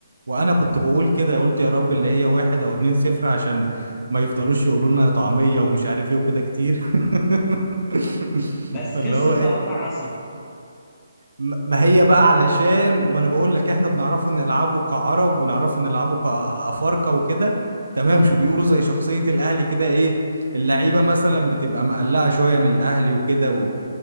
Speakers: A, on the right; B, on the left.
A: وانا كنت بقول كده قلت يا رب اللي هي واحد او اتنين صفر عشان ما يفضلوش يقولوا لنا طعمية ومش عارف ايه وكده كتير <laughs>
B: بس
A: فاللي
B: كسب
A: هو ايه
B: 4-0
A: ما ما هي بقى علشان ما انا بقول لك احنا بنعرفه نلعبه كعرب ونعرفه نلعبه كافارقه وكده تمام مش بيقولوا زي شخصيه الاهلي كده ايه اللعيبه مثلا بتبقى مقلقه شويه من الاهلي وكده و...